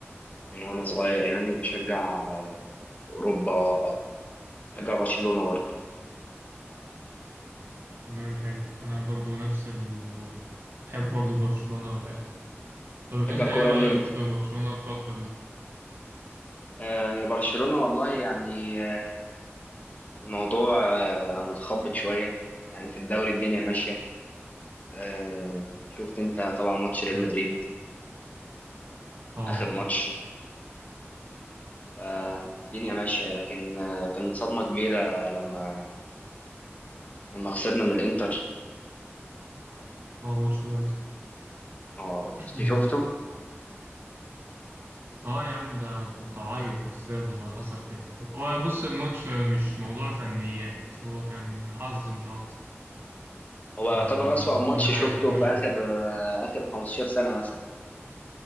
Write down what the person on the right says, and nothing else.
تمام حلو انا برضو نفس الموضوع بحب برضو برشلونه والاهلي طب
انت
ايه رايك
برشلونه الفتره دي
حلو.
اه
اه ماتش الانتر
<clears throat>
اه يا عم ده كنت عايز بس يلا بقى حصل خير هو بص الماتش مش موضوع فنيات هو كان حظ مش اكتر
يعني
كل حاجه
كانت ماشيه
كويس